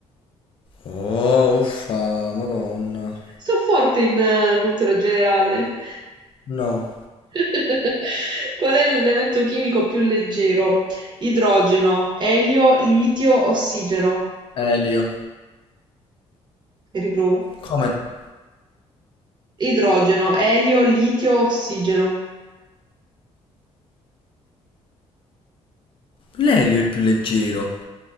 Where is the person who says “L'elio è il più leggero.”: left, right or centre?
Left